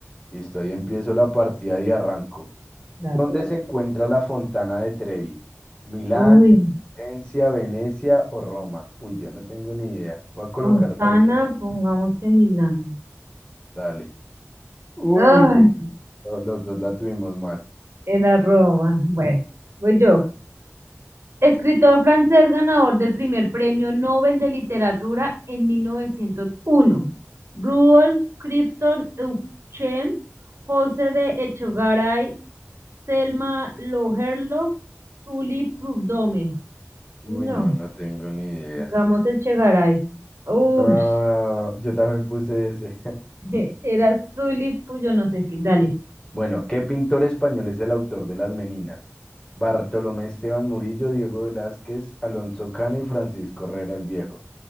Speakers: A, on the left; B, on the right.
A: Listo, ahí empiezo la partida y arranco.
B: Dale,
A: ¿Dónde
B: dale.
A: se encuentra la Fontana de Trevi? ¿Milán,
B: Uy,
A: Florencia, Venecia o Roma? Uy, yo no tengo ni idea. Voy a colocar
B: Fontana,
A: cualquiera.
B: pongamos que Milán.
A: Dale. Uy,
B: Ay,
A: lo- los dos la tuvimos mal.
B: era Roma. Bueno, voy yo.
A: Dale.
B: Escritor francés ganador del primer premio Nobel de Literatura en 1901. Rudolf Clifton Euchem, José de Echegaray, Selma Lagerlöf, Tully Prudhomme.
A: Uy,
B: No.
A: no, no tengo ni idea.
B: Digamos el Chegaray. Uy,
A: No, yo también puse ese.
B: <laughs> era Zully, pues yo no sé qué. Dale.
A: Bueno, ¿qué pintor español es el autor de Las Meninas? Bartolomé Esteban Murillo, Diego Velázquez, Alonso Cano y Francisco Herrera el Viejo.